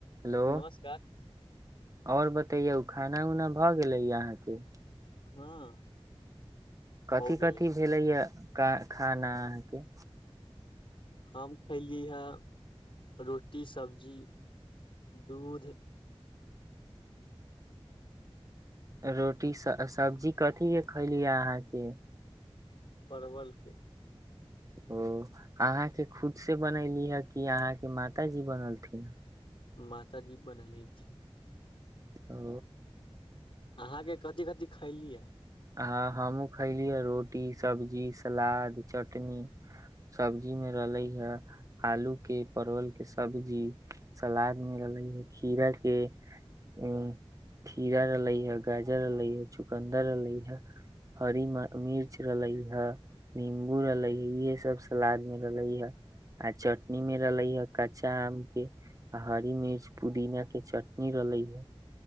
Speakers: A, on the right; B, on the left.
A: हेलो
B: नमस्कार
A: आओर ब तऽ यौ खाना उना भऽ गेलै य अहाँके
B: हँ
A: कथी
B: हो गेलै
A: कथी भेलैयए खाना अहाँके
B: हम खयली हे रोटी सब्जी दूध
A: रोटी सब्जी कथीके खयली अहाँके
B: परवलके
A: ओ अहाँके खुद से बनैली हे कि अहाँके मातााजी बनलथिन
B: मात जी बना लीथी
A: ह
B: अहाँके कथि कथि खैली ह
A: ह हमहुँ खयलिय ह रोटी सब्जी सलाद चटनी सब्जी मे रहले हे आलू के परवल के सब्जी सलाद मे रहले हे खीरा के उ खीरा रहले हे गाजर रहले हे चुकन्दर रहले हरी मिर्च रहलै हे निम्बू रहलै हे इहे सब सलाद मे रहले हे आ चटनी मे रहले हे कच्चा आम के आ हरी मिर्च पुदीना के चटनी रहले हे